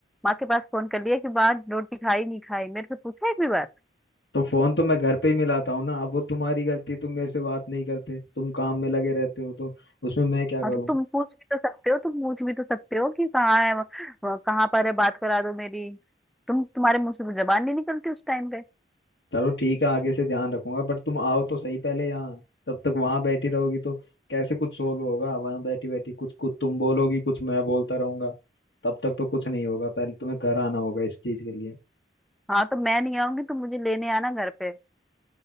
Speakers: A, in the centre; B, on the left (about 85°).
A: माँ के पास फोन कर लिया कि माँ रोटी खाई नहीं खाई मेरे से पूछा है एक भी बार
B: तो फोन तो मैं घर पे ही मिलाता हूँ ना अब वो तुम्हारी गलती है, तुम मेरे से बात नहीं करते तुम काम में लगे रहते हो तो उसमें मैं क्या करूँ
A: हाँ तो तुम पूछ भी तो सकते हो तुम पूछ भी तो सकते हो कि कहाँ है वह- कहाँ पर है बात करा दो मेरी तुम तुम्हारे मुंह से तो जबान नहीं निकलती उस टाइम पे
B: चलो ठीक है आगे से ध्यान रखूंगा बट तुम आओ तो सही पहले यहाँ तब तक वहां बैठी रहोगी तो कैसे कुछ सोल्व होगा वहां बैठी बैठी कुछ कुछ तुम बोलोगी कुछ मैं बोलता रहूंगा तब तक तो कुछ नहीं होगा पहले तुम्हें घर आना होगा इस चीज के लिए
A: हाँ तो मैं नहीं आऊंगी तुम मुझे लेने आना घर पे